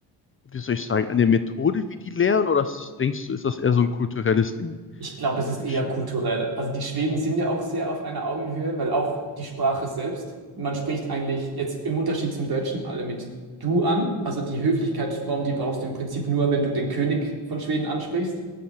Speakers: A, on the left; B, on the right.
A: wie soll ich sagen, an der Methode, wie die lehren? Oder ist das, denkst du, ist das eher so ein kulturelles Ding
B: Ich glaube, es ist
A: in
B: eher
A: Schweden?
B: kulturell. Also die Schweden sind ja auch sehr auf einer Augenhöhe, weil auch die Sprache selbst, man spricht eigentlich jetzt im Unterschied zum Deutschen alle mit du an. Also die Höflichkeitsform, die brauchst du im Prinzip nur, wenn du den König von Schweden ansprichst.